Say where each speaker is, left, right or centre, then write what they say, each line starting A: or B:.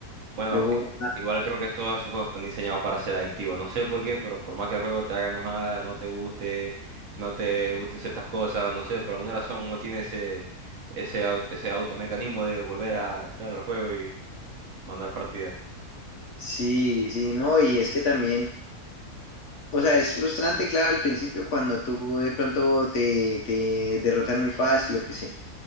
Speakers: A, on the right; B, on the left.
A: Bueno,
B: yo jugaba,
A: igual creo que todos esos juegos están diseñados para ser adictivos. No sé por qué, pero por más que el juego te haga enojar, no te guste, no te gusten ciertas cosas, no sé, por alguna razón no tiene ese, ese, au- ese automecanismo de volver a entrar al juego y mandar partidas.
B: sí, sí, no, y es que también... O sea, es frustrante, claro, al principio cuando tú de pronto te, te derrotan muy fácil, lo que sea.